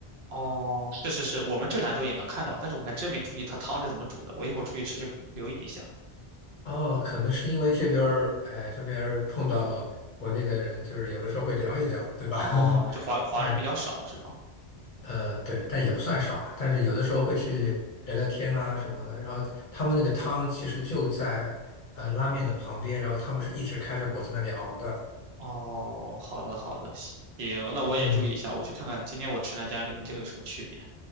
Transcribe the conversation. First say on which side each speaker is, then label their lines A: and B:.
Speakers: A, on the right; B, on the left.
A: 哦，是是是，我们这兰州也能看到，但是我还真没注意它汤是怎么煮的。我一会儿出去吃就留意一下。
B: 哦，可能是因为这边儿，哎，这边儿碰到国内的人，就是有的时候会聊一聊，对吧？
A: 哦，这华华人比较少是吗？
B: <laughs> 对。呃，对，但也不算少吧。但是有的时候会去聊聊天呐、什么的。然后他们那个汤其实就在呃拉面的旁边，然后他们是一直开着火在那里熬的。
A: 哦，好的好的，行，那我也注意一下，
B: 嗯，
A: 我去看看今天我吃那家跟你这个有什么区别。